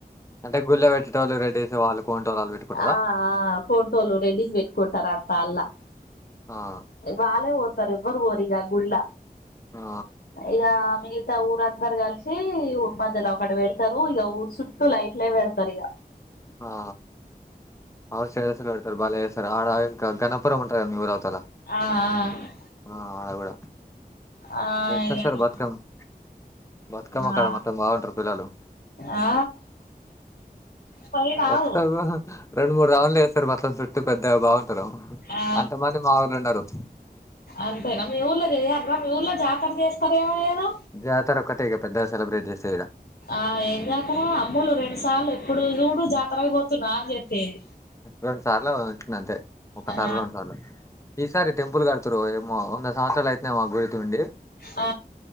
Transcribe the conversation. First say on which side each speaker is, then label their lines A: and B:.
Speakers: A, on the left; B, on the left.
A: అంటే గుళ్ళో పెట్టీలు రెడీస్ వాళ్ళు కొంటోళ్లు వాళ్ళు పెట్టుకుంటారా
B: ఆ ఆ కోంటోలు రెడిస్ పెట్కుంటారంత అలా
A: ఆ
B: వాళ్ళే ఓతారు ఎవ్వరు పోరు ఆ గుళ్ళ
A: ఆ
B: ఇక మిగతా ఊరందరు కలిసి ఊరి మధ్యలో ఒక్కటి పెడతారు ఇక ఊరు చుట్ట ట్టు లైట్లలే పెడతారు ఇగ
A: ఆ అ స్టేటస్లు పెడతారు భలేచేస్తారు ఆడ ఇంకా గణపురం ఉంటందిగా ఊరు అవతలా
B: ఆ ఆ
A: ఆ అడగుడ
B: ఆ ఆ
A: ఎట్లా
B: ఇగ
A: వస్తారు బతుకమ్మకి బతుకమ్మక్కడ
B: ఆ
A: మొత్తం బాగుంటరు పిల్లలు
B: ఆ పోయినావు
A: ఒత్తారు రెండు మూడు రౌండ్లు వేస్తారు మొత్తం చుట్టూ పెద్దగా బాగుంటారు
B: ఆ
A: అంతమంది మా ఊళ్ళో ఉండరు
B: అంతేనా మీ ఊళ్ళ చేయరురా మీ ఊళ్ళో జాతర చేసేటోలు ఏమైయిల్లు
A: జాతర ఒకటే ఇక పెద్ద సెలబ్రేట్ చేసేది ఇడ
B: ఆ ఏం జాతర అమ్మోలు రెండు సార్లు ఎప్పుడు చూడు జాతరకి పోతున్నా అని చెప్పేది
A: రెండు సార్లు పెంటీలు అంతే ఒకసారి
B: ఆ
A: రెండు సార్లు ఈసారి టెంపుల్ కడుతురో ఏమో వంద సంవత్సరాలు అయిదేమో గుడి ఉండి
B: ఆ